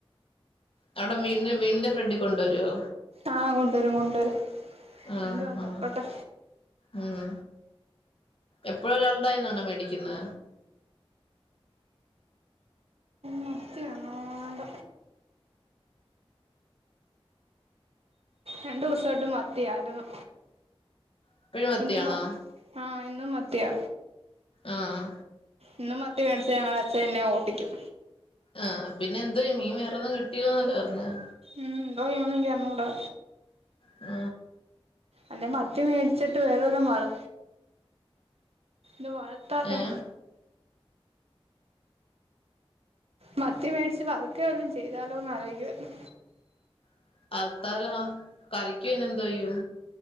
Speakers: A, on the left; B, on the right.
A: അവിടെ വീടിന്റെ വീടിന്റെഫ്രണ്ടിൽ കൊണ്ടുവരുവോ?
B: ആ കൊണ്ടുവരും കൊണ്ട് വരും
A: ആഹ്
B: എന്തുവാന്ന്
A: ആഹ്
B: നോക്കട്ടെ.
A: ഉം എപ്പഴും ഒരാൾടയ്യിന്നാണോ മേടിക്കുന്നെ?
B: മത്തിയാണോ വേണ്ട രണ്ടു ദിവസായിട്ട് മ ത്തിയാരുന്നു
A: എപ്പഴും മത്തിയാണോ
B: ഇന്ന് മ ആ ഇന്നും മത്തിയാ.
A: ആഹ്
B: ഇന്നും മത്തി മേടിച്ച ഞങ്ങള ച്ച എന്നെ ഓട്ടിക്കും.
A: ആ ആ പിന്നെ എന്തോയ്യും മീൻ വേറൊന്നും കിട്ടീല്ലന്നല്ലേ പർഞ്ഞത്.
B: ഉം എന്തോയ്യോന്നെനിക്കർഞ്ഞൂടാ.
A: ആ
B: അല്ലെ മത്തി മേടിച്ചിട്ട് വേറെലോം വറ് ദ വയത്താക്ക
A: ഏഹ്
B: മത്തി മേടിച്ച് വർക്കെ വല്ലോം ചെയ്താലോന്ന് ആലോയിക്കുവാര്ന്നു.
A: <unintelligible> കറിക് പിന്നെ എന്തോയ്യും